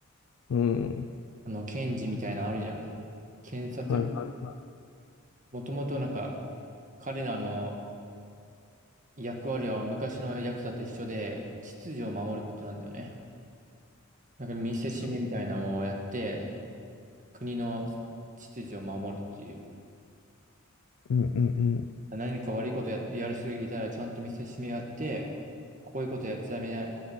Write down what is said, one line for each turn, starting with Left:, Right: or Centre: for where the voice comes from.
Left: うん、
Right: あの、検事みたいなのあるじゃん。検察、
Left: はいはい。
Right: もともとなんか、彼らの役割は昔のヤクザと一緒で、秩序を守ることなんだよね。なんか見せしめみたいなのをやって、
Left: そ
Right: 国の秩序を守るっていう。
Left: ううんうんうん。
Right: 何か悪いことや、やる人がいたらちゃんと見せしめやって、こういうことやっちゃダメな、